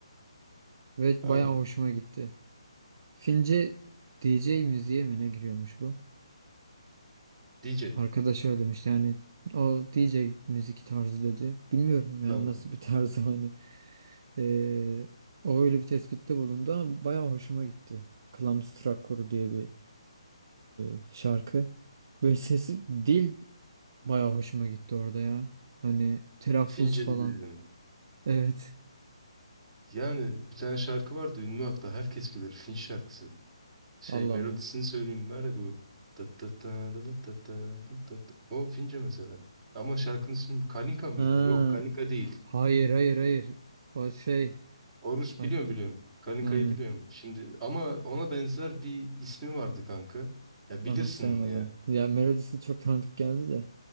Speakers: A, on the right; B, in the centre.
A: ve
B: Ha,
A: bayağı hoşuma gitti. Fince DJ müziğe mi ne giriyormuş bu?
B: DJ.
A: Arkadaş öyle demişti yani o DJ müzik tarzı dedi. Bilmiyorum yani
B: Tamam.
A: nasıl bir tarzı <laughs> hani. Ee, o öyle bir tespitte bulundu ama bayağı hoşuma gitti. Klamstrak Koru diye bir e, şarkı. Böyle sesi dil bayağı hoşuma gitti orada ya. Hani telaffuz
B: Fince
A: falan.
B: dinledim.
A: Evet.
B: Yani bir tane şarkı vardı ünlü hatta herkes bilir Fin şarkısı. Şey
A: Allah
B: melodisini
A: Allah.
B: söyleyeyim var ya bu. Tat tat ta da da ta ta da ta ta. O Fince mesela. Ama şarkının ismi Kalinka mıydı?
A: Ha,
B: Yok Kalinka değil.
A: hayır hayır hayır. O şey.
B: Horus
A: Bak,
B: biliyorum biliyorum. Kaninka'yı
A: aynen.
B: biliyorum. Şimdi ama ona benzer bir ismi vardı kanka. Ya bilirsin
A: Anımsayamadım.
B: onu ya.
A: Ya melodisi çok tanıdık geldi de.